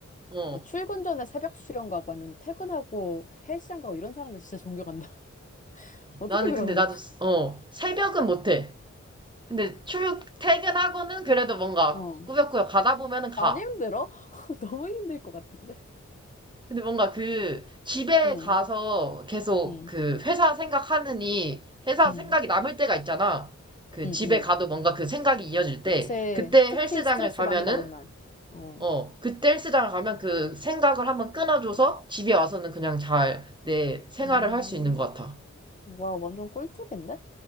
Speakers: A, on the right; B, on the left.
A: 어.
B: 뭐 출근 전에 새벽 수영 가고 아니면 퇴근하고 헬스장 가고 이런 사람들 진짜 존경한다. <laughs> 어떻게
A: 나는
B: 그러는
A: 근데 나도,
B: 거야?
A: 스- 어, 새벽은 못해. 근데 출근, 퇴근하고는 그래도 뭔가
B: 어,
A: 꾸역꾸역 가다 보면은 가.
B: 안 힘들어? <laughs> 너무 힘들 것 같은데.
A: 근데 뭔가 그, 집에
B: 어,
A: 가서 계속
B: 응,
A: 그, 회사 생각하느니, 회사
B: 응,
A: 생각이 남을 때가 있잖아. 그,
B: 응,
A: 집에
B: 응.
A: 가도 뭔가 그 생각이 이어질 때,
B: 그치.
A: 그때
B: 특히
A: 헬스장을
B: 스트레스
A: 가면은
B: 많이 받은 날. 어.
A: 어, 그때 헬스장을 가면 그 생각을 한번 끊어줘서 집에 와서는 그냥 잘 내 생활을
B: 음,
A: 할 수 있는 것 같아.
B: 와, 완전 꿀팁인데?